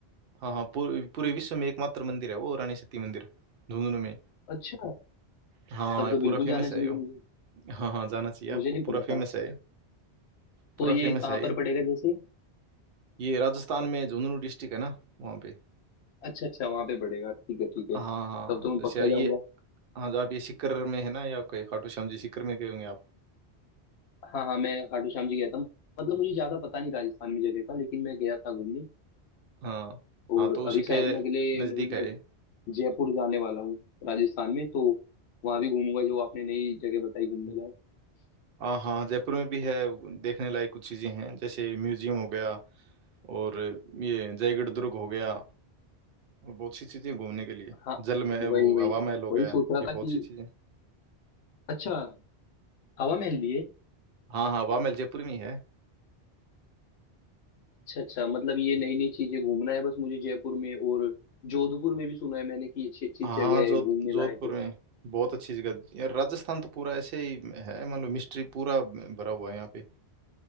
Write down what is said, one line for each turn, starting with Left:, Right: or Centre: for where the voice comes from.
Right: हाँ हाँ पूरे पूरे विश्व में एकमात्र मंदिर है वो रानी सती मंदिर झुंझुनू में
Left: अच्छा
Right: हाँ
Left: तब
Right: ये
Left: तो बिल्कुल
Right: पूरा फेमस
Left: जाना चाहिए
Right: है ये
Left: मुझे
Right: हाँ हाँ जाना चाहिए
Left: मुझे
Right: आपको
Left: नहीं पता
Right: पूरा फेमस
Left: था
Right: है ये पूरा
Left: तो ये
Right: फेमस
Left: कहाँ
Right: है ये
Left: पर पड़ेगा जैसे
Right: ये राजस्थान में झुंझुनू डिस्ट्रिक्ट है ना वहाँ पे
Left: अच्छा अच्छा वहां पे पड़ेगा ठीक है ठीक है
Right: हाँ हाँ
Left: तब तो मैं
Right: जैसे
Left: पक्का
Right: ये
Left: जाऊंगा
Right: हाँ जो आप ये सीकर में है ना ये आपका ये खाटू श्याम जी सीकर में गए होंगे आप
Left: हाँ हाँ मैं खाटू श्याम जी गया था मतलब मुझे ज्यादा पता नहीं राजस्थान में जगह का लेकिन मैं गया था घूमने
Right: हाँ
Left: और
Right: हाँ तो उसी
Left: अभी शायद
Right: के
Left: मैं अगले
Right: नज़दीक
Left: महीने
Right: है ये।
Left: जयपुर जाने वाला हूँ राजस्थान में तो वहां भी घूमूंगा जो आपने नई जगह बताई घूमने लायक
Right: हाँ हाँ जयपुर में भी है देखने लायक कुछ चीज़ें हैं जैसे म्यूजियम हो गया और ये जयगढ़ दुर्ग हो गया और बहुत सी चीज़ें घूमने के लिए
Left: हाँ
Right: जल महल
Left: वही
Right: वो
Left: वही
Right: हवा महल हो गया
Left: वही सोच रहा
Right: ये बहुत
Left: था कि
Right: सी चीज़ें
Left: अच्छा हवा महल भी है
Right: हाँ हाँ हवा महल जयपुर में ही है
Left: अच्छा अच्छा मतलब ये नई नई चीजें घूमना है बस मुझे जयपुर में और जोधपुर में भी सुना है मैंने कि अच्छी अच्छी
Right: हाँ
Left: जगह
Right: हाँ जो
Left: है घूमने
Right: जोधपुर
Left: लायक है
Right: में बहुत अच्छी जगह यार राजस्थान तो पूरा ऐसे ही है मतलब मिस्ट्री पूरा भरा हुआ है यहाँ पे